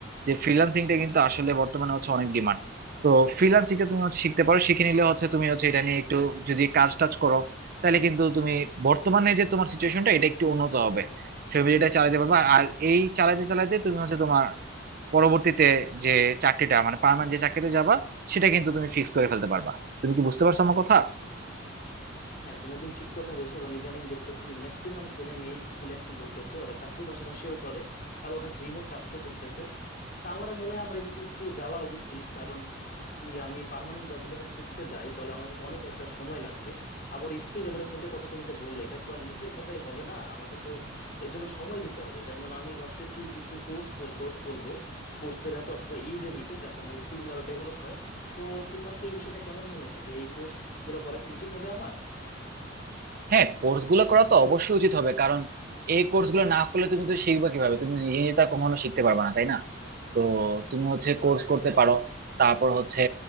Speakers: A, on the right; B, on the left.
A: যে ফ্রিল্যান্সিংটা কিন্তু আসলে বর্তমানে হচ্ছে অনেক ডিমান্ড তো ফ্রিল্যান্সিংটা তুমি হচ্ছে শিখতে পারো শিখে নিলে হচ্ছে তুমি হচ্ছে এটা নিয়ে একটু যদি কাজ টাজ করো তাহলে কিন্তু তুমি বর্তমানে যে তোমার সিচুয়েশনটা এটা একটু উন্নত হবে ফ্যামিলিটা চালাতে পারবা আর এই চালাতে চালাতে তুমি হচ্ছে তোমার পরবর্তীতে যে চাকরিটা মানে পার্মানেন্ট যে চাকরিতে যাবা সেটা কিন্তু তুমি ফিক্স করে ফেলতে পারবা তুমি কি বুঝতে পারছো আমার কথা
B: হ্যাঁ তুমি একদম ঠিক কথা বলছো কারণ ইদানিং দেখতেছি ম্যাক্সিমাম ছেলে মেয়ে ফ্রিল্যান্সিং করতেছে ওরা চাকরির পাশাপাশিও করে আবার অনেক রিমোট টাস্কও করতেছে তা আমারও মনে হয় আমার এদিকে একটু যাওয়া উচিত কারণ কি আমি পার্মানেন্ট জব যদি এখন খুঁজতে যাই তাহলে আমার কিন্তু অনেক একটা সময় লাগবে আবার স্কিল ডেভেলপমেন্টের কথা তুমি যে বললে এটা তো আর মুখের কথাই হবে না আমাকে তো এর জন্য সময় দিতে হবে যেমন আমি ভাবতেছি কিছু কোর্স করব কোর্সেরাতে অথবা ইউডেমিতে যাতে আমার স্কিল গুলো আরো ডেভেলপ হয় তো তোমার কি এই বিষয়টা কেমন মনে হচ্ছে যে এই কোর্স গুলো করা কি উচিত হবে আমার
A: হ্যাঁ কোর্স গুলো করা তো অবশ্যই উচিত হবে কারণ এই কোর্স গুলো না করলে তুমি তো শিখবা কিভাবে তুমি তো নিজে নিজে তো আর কখনো শিখতে পারবে না তাই না তো তুমি হচ্ছে কোর্স করতে পারো তারপর হচ্ছে